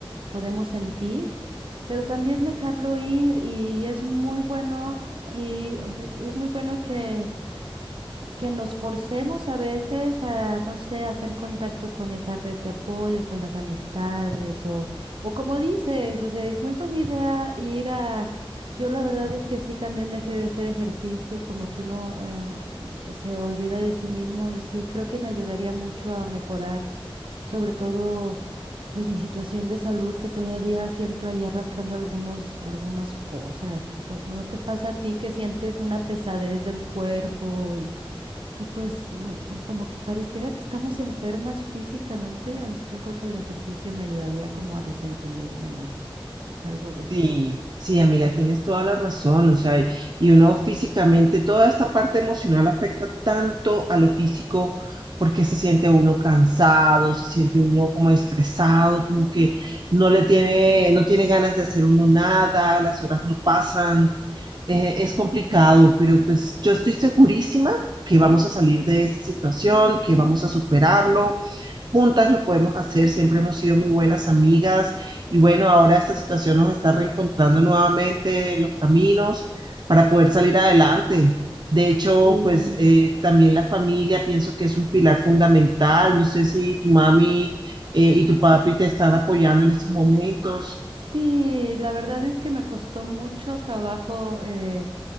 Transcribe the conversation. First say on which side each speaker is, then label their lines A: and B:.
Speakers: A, on the right; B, on the right.
A: podemos sentir, pero también dejarlo ir y es muy bueno y o sea, es muy bueno que que nos forcemos a veces a, no sé, a hacer contacto con esa red de apoyo, con las amistades o, o como dices, o sea, es muy buena idea ir a... Yo la verdad es que sí, también dejé de hacer ejercicio, como que uno eh, se olvida de sí mismo y sí, creo que me ayudaría mucho a mejorar, sobre todo, pues mi situación de salud que todavía siento ahí arrastrando algunos, algunas cosas, como no no te pasa a ti que sientes una pesadez del cuerpo y y pues no, co- como que pareciera que estamos enfermas físicamente, al- yo creo que el ejercicio me ayudaría como a desentumirme o algo de eso.
B: Sí, sí, amiga, tienes toda la razón, o sea, y, y uno físicamente, toda esta parte emocional afecta tanto a lo físico porque se siente uno cansado, se siente uno como estresado, como que no le tiene, no tiene ganas de hacer uno nada, las horas no pasan, eh, es complicado, pero pues yo estoy segurísima que vamos a salir de esta situación, que vamos a superarlo Juntas lo podemos hacer, siempre hemos sido muy buenas amigas y bueno, ahora esta situación nos está reencontrando nuevamente los caminos para poder
A: Ujú.
B: salir adelante. De hecho,
A: Sí,
B: pues eh, también la familia pienso que es un pilar fundamental. No sé si tu mami eh, y tu papi te están apoyando en estos momentos.
A: sí, la verdad es que me costó mucho trabajo eh,